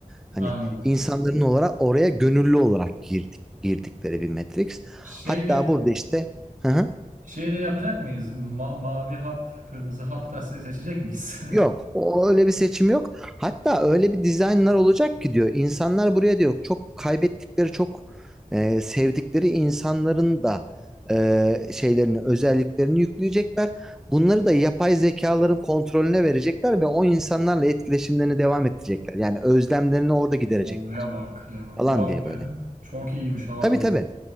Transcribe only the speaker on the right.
Anladım.
Şeyde
şeyde yapacak mıyız? Ma- mavi hap, kırmızı hap da se- seçecek miyiz?
<laughs>
Olaya bak ya.
Vay
be.
Çok iyiymiş abi
bu.